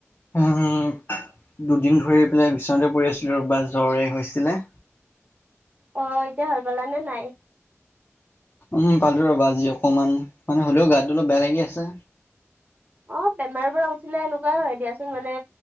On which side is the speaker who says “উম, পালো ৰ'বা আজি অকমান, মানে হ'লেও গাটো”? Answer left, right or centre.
Left